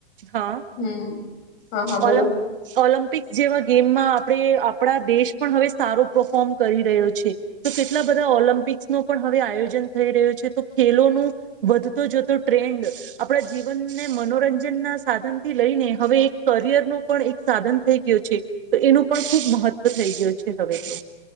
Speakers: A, on the right; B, on the left.
A: હા,
B: હમ હા હા બોલો
A: ઓલમ્ ઓલમ્પિક્સ જેવા ગેમમાં આપડે આપણા દેશ પણ હવે સારો પરફોર્મ કરી રહ્યો છે, તો કેટલા બધા ઓલમ્પિક્સ નો પણ હવે આયોજન થઈ રહ્યો છે તો ખેલોનું, વધતો જતો ટ્રેન્ડ, આપણા જીવનને મનોરંજન ના સાધન થી લઈને હવે એક કરિયર નો પણ એક સાધન થઈ ગયો છે, તો એનું પણ ખૂબ મહત્ત્વ થઈ ગયો છે હવે તો.